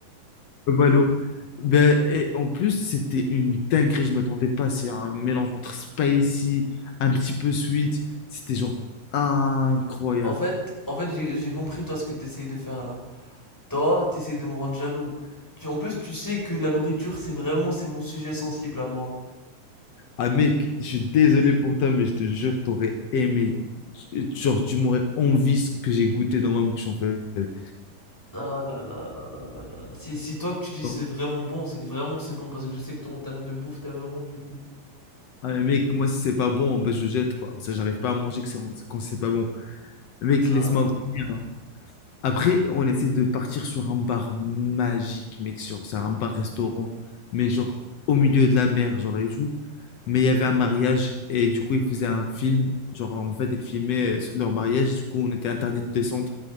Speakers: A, on the left; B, in the centre.
A: Buffalo. Ben, et en plus, c'était une dinguerie, je m'attendais pas. C'est un mélange entre spicy, un petit peu sweet. C'était genre incroyable.
B: En fait, en fait, j'ai j'ai compris toi ce que t'essayes de faire là. Toi, t'essayes de me rendre jaloux. Tu, en plus, tu sais que la nourriture, c'est vraiment, c'est mon sujet sensible à moi.
A: Ah mec, je suis désolé pour toi, mais je te jure, t'aurais aimé. Tu- Genre, tu m'aurais envie ce que j'ai goûté dans ma bouche en fait.
B: Ah là là là là là là. Si, si toi que tu dis c'est
A: Non.
B: vraiment bon, c'est que vraiment c'est bon, parce que je sais que toi, en termes de bouffe, t'as vraiment du goût.
A: Ah mais mec, moi si c'est pas bon, ben je jette quoi. Ça, j'arrive pas à manger que c'est- quand c'est pas bon. Mec,
B: Ça,
A: laisse-moi. venir.
B: ah.
A: Après, on essaie de partir sur un bar magique, mec, sur c'est un bar-restaurant, mais genre au milieu de la mer, genre et tout. Mais il y avait un mariage et du coup, ils faisaient un film. Genre, en fait, ils filmaient euh, leur mariage. Du coup, on était interdit de descendre.